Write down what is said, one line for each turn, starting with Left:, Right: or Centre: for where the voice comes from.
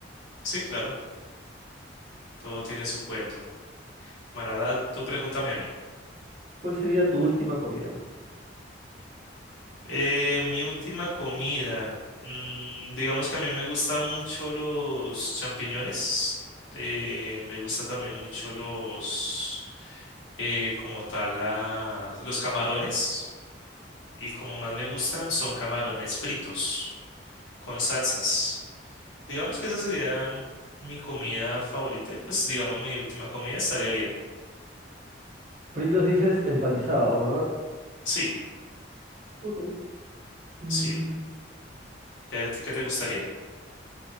Left: sí, claro. Todo tiene su cuento. Bueno, ahora tú pregúntame a mí.
Right: ¿Cuál sería tu última comida?
Left: Eh, mi última comida. mm, digamos que a mí me gusta mucho los champiñones. eh, me gusta también mucho los, eh, como tal, las- los camarones. Y como más me gustan son camarones fritos con salsas. Digamos que esa sería mi comida favorita. Y pues, digamos, mi última comida estaría bien.
Right: Fritos dices empanizados, ¿verdad?
Left: Sí,
Right: Ok. Mm,
Left: sí. ¿Y a ti qué te gustaría?